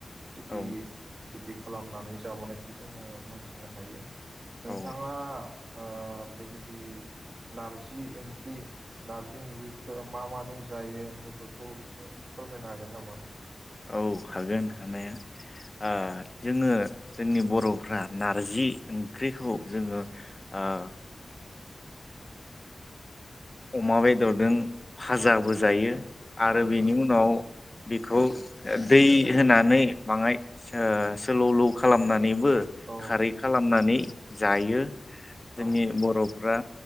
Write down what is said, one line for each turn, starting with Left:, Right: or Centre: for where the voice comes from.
Left: औ
Right: दि बिदि खालामनानै जाबोनायखौ जोङो मोनथिनो हायो। नोंथाङा
Left: औ
Right: ओ बेबायदि नारजि ओंख्रि नारजि ओंख्रिखौ मा माजों जायो बेफोरखौ एसे फोरमायनो हागोन नामा?
Left: औ हागोन हानाया ओ जोङो जोंनि बर'फ्रा नारजि ओंख्रिखौ जोङो ओ अमा बेदरजों फाजाबो जायो आरो
Right: औ
Left: बेनि उनाव बेखौ दै होनानै बाङाय सोलौलौ खालामनानै बो
Right: औ
Left: खारै खालामनानै जायो जोंनि
Right: औ
Left: बर'फ्रा